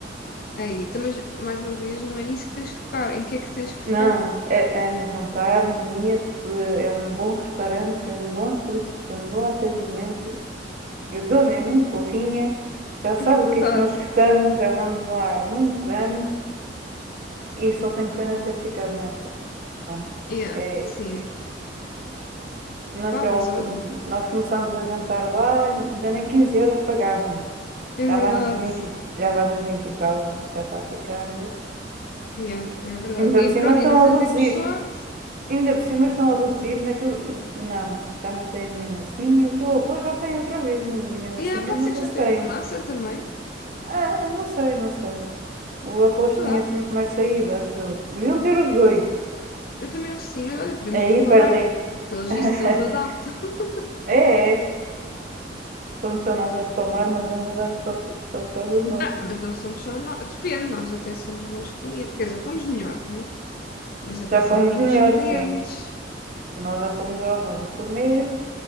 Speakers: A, on the left (about 55°); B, on the right (about 50°).
A: aí, então, mas mais uma vez, não é nisso que tens que focar. Em que é que tens que focar?
B: Não,
A: <laughs>
B: é, é no jantar, no Mia, porque é um bom restaurante, é um bom sushi, tem um bom atendimento. A dona é muito fofinha, já sabe
A: É verdade.
B: o que é que nós gostamos, já vamos lá há muitos anos e só tenho pena de ter ficado mais tarde. Pronto.
A: Yeah,
B: É,
A: sim.
B: é Naquela
A: Pá, mas
B: altura,
A: olha,
B: nós começámos a jantar lá, ainda nem 15 euros pagavam.
A: é
B: Já
A: verdade.
B: vai nos 20 e- já vai nos 20 e tal, já está a ficar. eh.
A: Yeah, é verdade.
B: Ainda
A: E
B: por cima
A: pronto,
B: estão
A: e nós ainda
B: a reduzir.
A: temos sorte.
B: Ainda por cima estão a reduzir naquilo. Não, já não tem a minha massinha. O teu arroz já tem outra vez, mas a minha massinha
A: Yeah, pode
B: não
A: ser
B: sei
A: que já
B: se
A: tenha
B: tem.
A: uma massa também.
B: Ah, não sei, não sei. O arroz
A: Sei
B: tinha
A: lá.
B: sempre mais saída, acho eu. Deviam ter os dois.
A: Eu também acho que sim, mas olha, podemos
B: Aí
A: reclamar.
B: perdem.
A: Pelos
B: <laughs>
A: vistos eles adaptam. <laughs>
B: É, é. Como só nós a reclamar, não vão mudar só por, só por causa de nós.
A: Ah, mas não somos só nós. Depende, nós até somos bons clientes. Quer dizer, fomos melhores, né? Mas até
B: Já
A: somos
B: fomos
A: bons
B: melhores,
A: clientes.
B: sim. Nós já fomos já uma vez por mês,